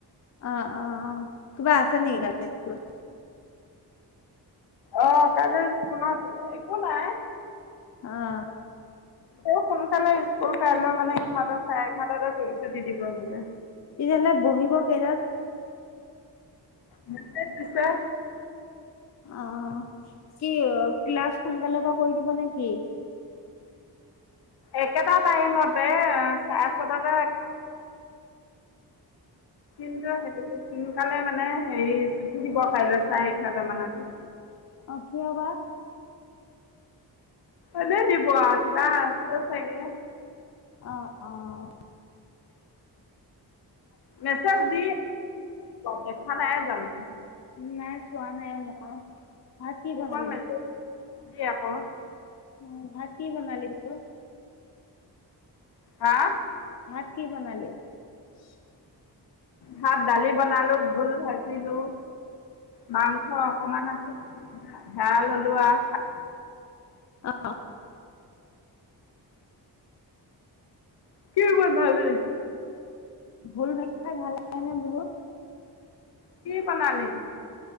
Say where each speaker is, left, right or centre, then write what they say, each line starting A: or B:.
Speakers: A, on the left; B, on the left.
A: অঁ অঁ অঁ কিবা আছে নেকি কাইলে স্কুলত
B: অঁ কাইলে স্কুলত এ একো নাই
A: অঁ
B: আকৌ সোনকালে স্কুল কাইলৈ মানে এঘাৰটা চাৰে এঘাৰটাতে ছুটি দিব বোলে
A: তেতিয়াহ'লে বহিব কেইটাত
B: মেছেজ দিছে
A: অঁ কি ক্লাছ সোনকালে পা কৰি দিব নেকি
B: একেটা টাইমত মতে চাৰে চটাতে কিন্তু হেৰি সোনকালে মানে হেৰি ছুটি দিব কাইলে চাৰে এঘাৰটা মানত
A: অ' কিয় বা?
B: এনে দিব আঁ কিবা আছে চাগে
A: অঁ অঁ
B: মেছেজ দি দেখা নাই জানো
A: নাই চোৱা নাইয়ে মই ভাত কি
B: গ্ৰুপত
A: বনালি?
B: মেছেজ দিবি আকৌ
A: অঁ ভাত কি বনালি বুলো
B: হা
A: ভাত কি বনালি
B: ভাত দালি বনালো, ভুল ভাজিলো, মাংস অকমান আছিলে সেয়া ললো আৰু
A: অঁ <inaudible>
B: কি বনালি?
A: ভুল ভাজিলে ভাল হয় নে বোলো?
B: কি বনালি?